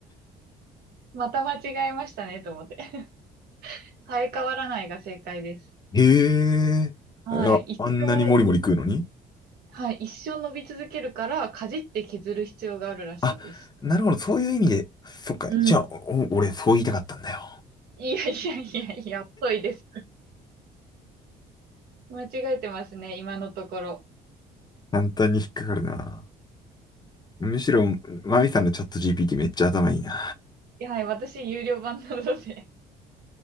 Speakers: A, on the right; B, on the left.
A: <laughs> また間違えましたねと思って。生え変わらないが正解です。
B: へえ。
A: はい。
B: いや、
A: 一生、
B: あんなにモリモリ食うのに
A: はい。一生伸び続けるから、かじって削る必要があるらしいです。
B: あ、なるほど、そういう意味で、そっか。
A: うん。
B: じゃあ、お俺、そう言いたかったんだよ。
A: いやいやいやいや、遅いです。間違えてますね、今のところ。
B: 簡単に引っかかるな。むしろ、マミさんのチャット GPT めっちゃ頭いいな。
A: いやはい。私、有料版なので。